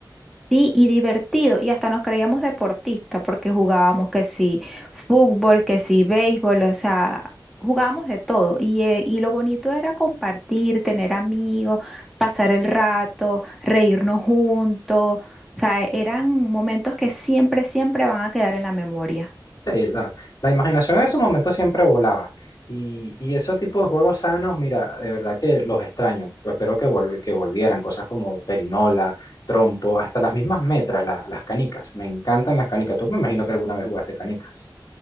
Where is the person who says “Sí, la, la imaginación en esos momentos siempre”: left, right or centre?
Left